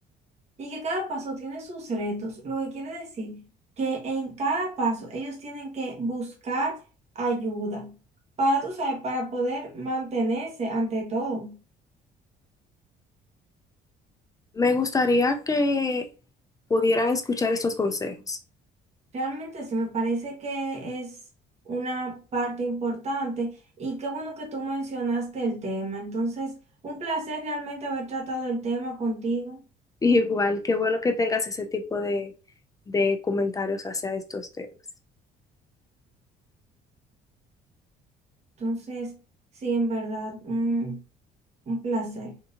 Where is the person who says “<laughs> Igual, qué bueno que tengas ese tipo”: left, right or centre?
Left